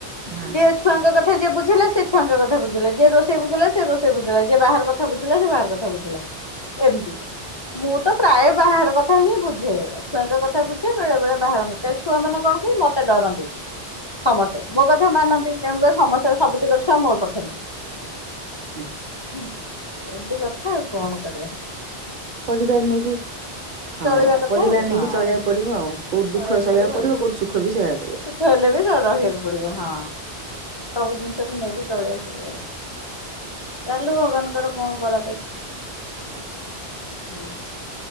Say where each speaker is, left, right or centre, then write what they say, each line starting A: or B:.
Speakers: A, on the right; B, on the left.
A: ଆଚ୍ଛା
B: ଯିଏ ଛୁଆଙ୍କ କ ଥା ଯିଏ ବୁଝିଲା ସିଏ ଛୁଆଙ୍କ କଥା ବୁଝିଲା ଯିଏ ରୋଷେଇ ବୁଝିଲା ସିଏ ରୋଷେଇ ବୁଝିଲା ଯିଏ ବାହାର କଥା ବୁଝିଲା ସିଏ ବାହାର କଥା ବୁଝିଲା। ଏମତି ମୁଁ ତ ପ୍ରାୟେ ବାହାର କଥା ହିଁ ବୁଝେ ଛୁଆଙ୍କ କଥା ବୁଝେ ବେଳେ ବେଳେ ବାହାର କାଇଁ ଛୁଆ ମାନେ କଣ କି ମତେ ଡରନ୍ତି। ସମସ୍ତେ ମୋ କଥା ମାନନ୍ତି ତେଣୁକରି ସମସ୍ତେ ସବୁ ତିକ ଛୁଆ ମୋ ପାଖେରେ।
A: ହୁଁ
B: ହୁଁ ଏମତି କଥା ଆଉ କଣ କରିଆ।
A: ପରିବାର ନେଇକି।
B: ଚଳିବା
A: ହଁ
B: କଥା
A: ପରିବାର
B: ଆଉ
A: ନେଇକି
B: ହଁ।
A: ଚଳିଆକୁ ପଡ଼ିବ ଆଉ କୋଉଠି
B: ଚଳେଇବାକୁ
A: ଦୁଃଖ ସହିଆକୁ
B: ପଡିବ ଆଉ
A: ପଡ଼ିବ କୋଉଠି ସୁଖ ବି ସହିଆକୁ ପଡ଼ିବ।
B: ସୁଖ ହେଲେ ବି ଚ ରହିଆକୁ ପଡ଼ିବ ହଁ ସବୁ ଜିନିଷକୁ ନେଇକି ଚଳେଆକୁ ପଡ଼ିବ। ଚାଲୁ ଭଗବାନଙ୍କର କଣ ବରାଦ ଅଛି।
A: ହଁ
B: ହୁଁ।